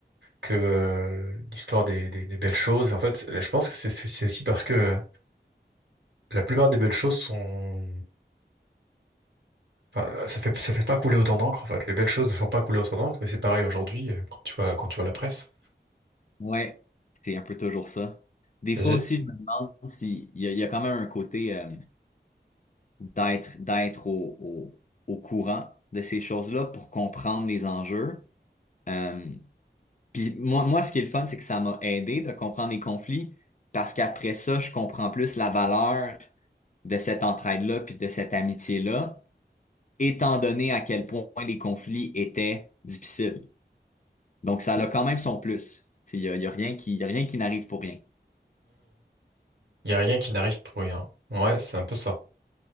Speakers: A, on the right (about 70°); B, on the left (about 45°).
A: que euh, l'histoire des, des, des belles choses. Et en fait, je pense que c'est c'est- c'est aussi parce que euh, la plupart des belles choses sont, enfin, ça fait, ça fait pas couler autant d'encre, en fait. Les belles choses ne font pas couler autant d'encre. Et c'est pareil aujourd'hui, euh, quand tu vois, quand tu vois la presse.
B: Ouais, c'est un peu toujours ça. Des
A: Il
B: fois aussi, je me demande s'il y a, il y a quand même un côté euh, d'être d'être au, au, au courant de ces choses-là pour comprendre les enjeux. Euh, Puis moi, moi, ce qui est le fun, c'est que ça m'a aidé de comprendre les conflits parce qu'après ça, je comprends plus la valeur de cette entraide-là puis de cette amitié-là, étant donné à quel point les conflits étaient difficiles. Donc, ça a quand même son plus. Tu sais, Il y a, il y a rien qui, il y a rien qui n'arrive pour rien.
A: y a rien qui n'arrive pour rien. Ouais, c'est un peu ça.